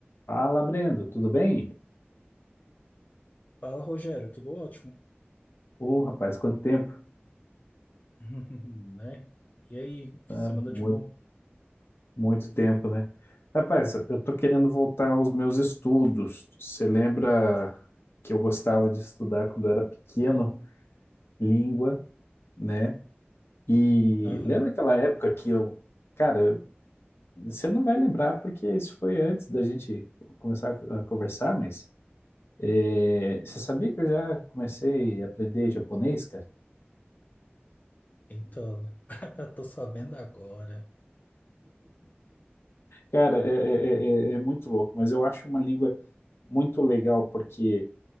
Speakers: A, on the left (about 70°); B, on the left (about 40°).
A: Fala, Brendo, tudo bem?
B: Fala, Rogério, tudo ótimo?
A: Ô, rapaz, quanto tempo?
B: <laughs> Né? E aí, o que
A: É,
B: você manda
A: muito,
B: de bom?
A: muito tempo, né? Rapaz, eu tô querendo voltar aos meus estudos. Você lembra que eu gostava de estudar quando eu era pequeno, língua, né? E
B: Aham.
A: lembra aquela época que eu, cara, você não vai lembrar porque isso foi antes da gente começar a conversar, mas é, você sabia que eu já comecei a aprender japonês, cara?
B: Então, <laughs> tô sabendo agora.
A: Cara, é, é, é, é é muito louco, mas eu acho uma língua muito legal porque